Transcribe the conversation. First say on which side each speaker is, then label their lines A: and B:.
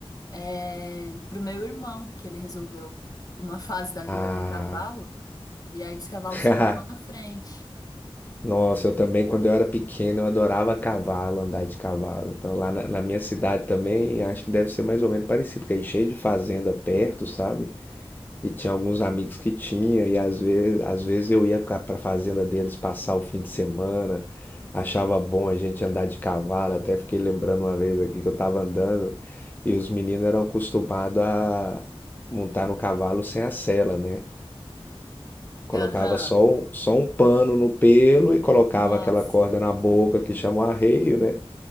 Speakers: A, on the left; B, on the left.
A: é, pro meu irmão, que ele resolveu, numa <laughs> fase da vida,
B: Ah,
A: ter cavalo, e aí os cavalos
B: <laughs>
A: ficavam lá na frente.
B: Nossa, eu também, quando eu era pequeno, eu adorava cavalo, andar de cavalo. Então, lá na, na minha cidade também, acho que deve ser mais ou menos parecido, que aí cheio de fazenda perto, sabe? E tinha alguns amigos que tinha, e às vezes, às vezes eu ia ca- pra fazenda deles passar o fim de semana, achava bom a gente andar de cavalo, até fiquei lembrando uma vez aqui que eu tava andando, e os meninos eram acostumados a montar no cavalo sem a sela, né? Colocava
A: Aham,
B: só um, só um pano no pelo e colocava
A: Nossa.
B: aquela corda na boca que chama arreio, né?